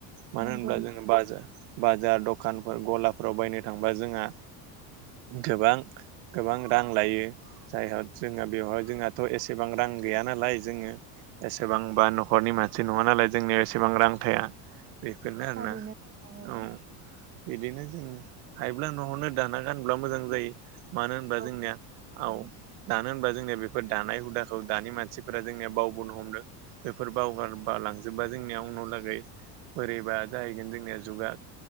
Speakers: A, on the right; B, on the right.
A: मानो
B: नंगौ
A: होनब्ला जोङो बाजा-बाजार द खानफोर गलाफोराव बायनो थांबा जोंहा गोबां गोबां रां लायो जायहा जोंहा बेवहाय जोंहाथ' एसेबां रां गैया नालाय जोङो एसेबांबा न'खरनि मानसि नङा नालाय जोंनियाव एसेबां रां थाया बेफोरनो आरोना
B: थारैनो नोंथां
A: औ बिदिनो जोङो हायोब्ला न'आवनो दाना गानब्ला मोजां जायो मानो होनबा जोंनिया
B: औ नोंथां
A: आव दानो होनबा जोंनिया बेफोर दानाय हुदाखौ दानि मानसिफोरा जोंनिया बावबोनो हमदों बेफोर बावगारबा लांजोबबा जोंनिया आ उनाव लागै बोरैबा जाय जोंनिया जुगा